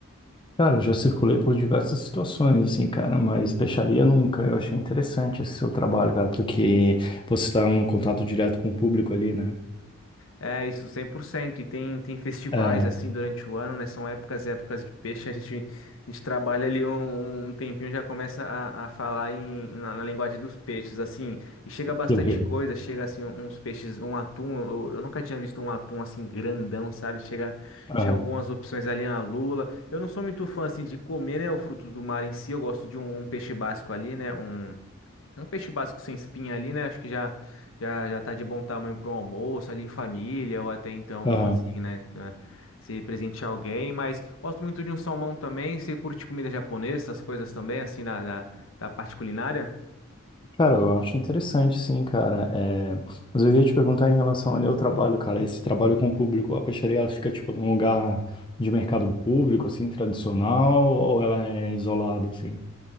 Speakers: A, on the left; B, on the left.
A: Cara, eu já circulei por diversas situações, assim, cara, mas peixaria nunca. Eu achei interessante esse seu trabalho, cara, porque você está em contato direto com o público ali, né?
B: É isso, 100%. E tem, tem festivais
A: É,
B: assim durante o ano, né? São épocas, épocas de peixe. A gente, a gente trabalha ali um, um tempinho, já começa a, a falar em, na, na linguagem dos peixes, assim. E chega bastante
A: que legal.
B: coisa, chega assim uns peixes, um atum. Eu, eu nunca tinha visto um atum assim grandão, sabe? Chega,
A: Aham,
B: chega algumas opções ali, a lula. Eu não sou muito fã assim de comer, né? O fruto do mar em si. Eu gosto de um, um peixe básico ali, né? Um, é Um peixe básico sem espinha ali, né? Acho que já já já tá de bom tamanho para um almoço ali em família ou até então
A: aham.
B: assim, né? né, Se presentear alguém, mas gosto muito de um salmão também. Você curte comida japonesa, essas coisas também, assim, da, da, da parte culinária?
A: Cara, eu acho interessante, sim, cara. É, Mas eu ia te perguntar em relação ali ao trabalho, cara, esse trabalho com o público, a peixaria, ela fica, tipo, num lugar de mercado público, assim, tradicional, ou ela é isolada, assim?